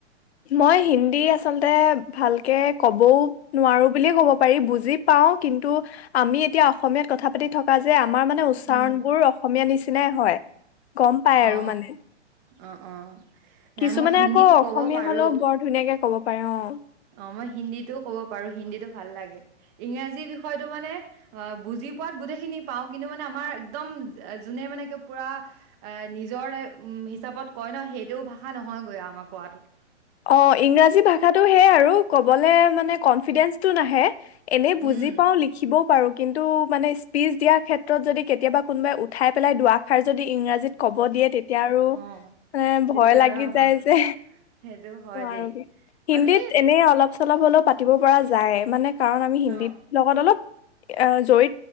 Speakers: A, on the left; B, on the right.
A: মই হিন্দী আচলতে ভালকে ক'বও নোৱাৰো বুলিয়ে ক'ব পাৰি বুজি পাওঁ, কিন্তু আমি এতিয়া অসমীয়াত কথা পাতি থকা যে আ আমাৰ মানে উচ্চাৰণ
B: উম
A: বোৰ অসমীয়া নিচিনাই হয়, গম পাই আৰু
B: অ
A: মানে
B: অ', অ'। নাই
A: কিছুমানে
B: মই হিন্দীত
A: আকৌ অসমীয়া
B: ক'ব পাৰো
A: হলেও বৰ ধুনীয়াকে ক'ব পাৰে অ'।
B: অ', মই হিন্দীটোও কব পাৰো হিন্দীটো ভাল লাগে, ইংৰাজী বিষয়টো মানে অ বুজি পোৱাত গোটেইখিনি পাও কিন্তু মানে আমাৰ একদম যোনে মানে পুৰা এ নিজৰ হিচাপত কয় ন সেইটোও ভাষা নহয়গৈ আমাৰ কোৱাটোত
A: অ', ইংৰাজী ভাষাটো সেই আৰু ক'বলে মানে কনফিডেন্সটো নাহে এনেই বুজি
B: উম
A: পাওঁ লিখিবও পাৰোঁ কিন্তু মানে, স্পীচ দিয়াৰ ক্ষেত্ৰত যদি কেতিয়াবা কোনোবাই উঠাই পেলাই দুৱাষাৰ যদি ইংৰাজীত ক'ব দিয়ে তেতিয়া আৰু,
B: অ
A: এ
B: তেতিয়া
A: ভয় লাগি
B: আৰু আমাৰ
A: যায় যে
B: সেইটো হয়
A: নোৱাৰোগে,
B: দেই
A: হিন্দীত
B: আমি
A: এনে অলপ চলপ হলেও পাতিব পৰা য যায়, মানে কাৰণ আমি হিন্দীত,
B: অ
A: লগত অলপ অ জৰি